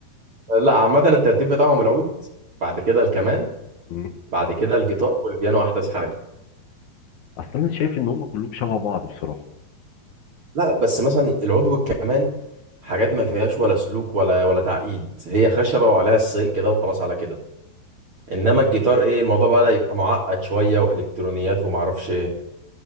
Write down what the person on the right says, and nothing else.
لا عامة الترتيب بتاعهم العود بعد كده الكمان
بعد كده الجيتار والبيانو أحدث حاجة
لا بس مثلا العضو كمان حاجات ما فيهاش ولا سلوك ولا ولا تعقيد هي خشبة وعليها السلك كده وخلاص على كده انما الجيتار ايه الموضوع بدأ يبقى معقد شوية والكترونيات وما اعرفش ايه